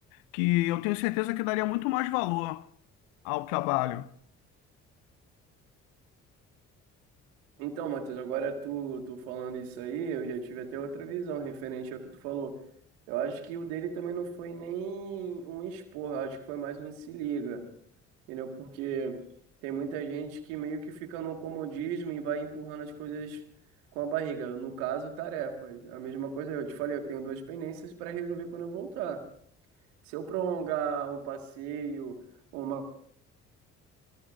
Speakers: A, on the left; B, on the right.
A: que eu tenho certeza que daria muito mais valor ao trabalho.
B: Então, Matheus, agora tu, tu falando isso aí, eu já tive até outra visão referente ao que tu falou. Eu acho que o dele também não foi nem um expor, eu acho que foi mais um se liga, entendeu? Porque tem muita gente que meio que fica no comodismo e vai empurrando as coisas com a barriga. No caso, tarefas. A mesma coisa eu te falei, eu tenho duas pendências para resolver quando eu voltar. Se eu prolongar um passeio, ou uma